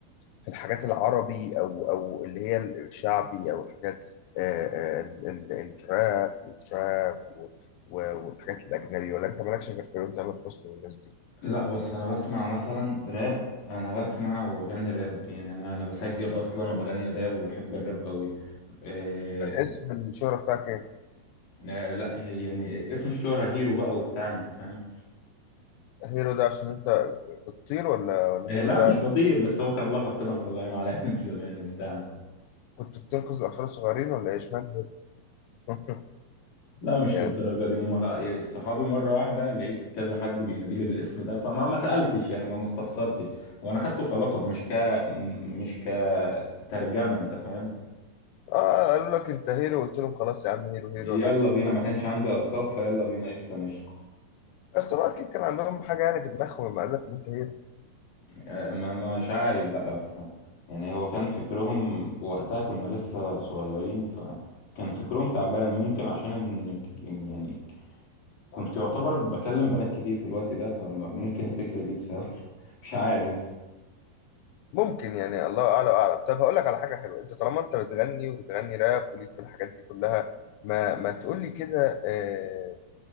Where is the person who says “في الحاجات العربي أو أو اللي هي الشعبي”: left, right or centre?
Left